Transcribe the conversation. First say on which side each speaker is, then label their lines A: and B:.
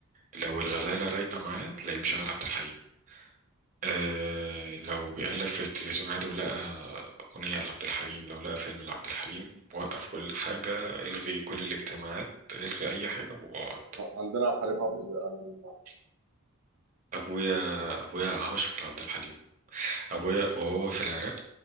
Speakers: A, on the right; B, on the right.
A: لو الغزالة رايقة معايا تلاقيه مشغل عبد الحليم آه لو بيقلب في التلفزيون عادي ولقى أغنية لعبد الحليم لو لقى فيلم لعبد الحليم وقف كل حاجة الغي كل الاجتماعات الغي أي حاجة واقعد
B: عندنا عبد الحليم حافظ آه،
A: أبويا أبويا عاشق لعبد الحليم أبويا وهو في العراق